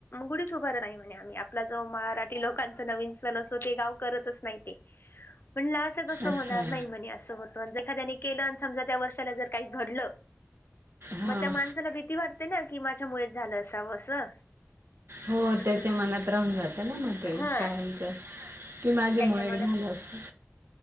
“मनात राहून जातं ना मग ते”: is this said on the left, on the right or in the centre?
Right